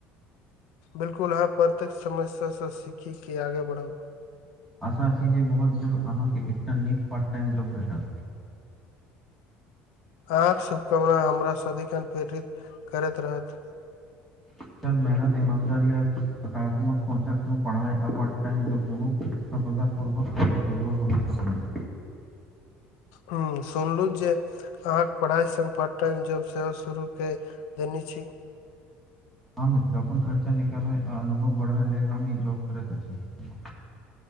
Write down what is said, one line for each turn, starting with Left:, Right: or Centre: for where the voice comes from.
Left: बिलकुल हह प्रत्येक समस्या से सीखी के आगे बढ़ाउ
Centre: आशा छी जे बहुत जल्द अहाँकेँ एकटा नीक पार्ट टाइम जॉब भेटत
Left: अहाँ सबके हमरा सदिखन प्रेरित करैत रहत
Centre: स मेहनत ईमानदार य सकारात्मक सोच पढ़ार टाइमनू <unintelligible> सफलता पूर्वक ख उज्जवल भविष्य बण <unintelligible>
Left: ह सुनलु जे अहाँक पढ़ाइ सङ्ग पार्ट टाइम जॉब सेहो शुरू कए देने छी
Centre: हम मित्र अपनन खर्चा निकालय आ अनुभव बढ़य लेल हम ई जॉब करैत अछि <inaudible>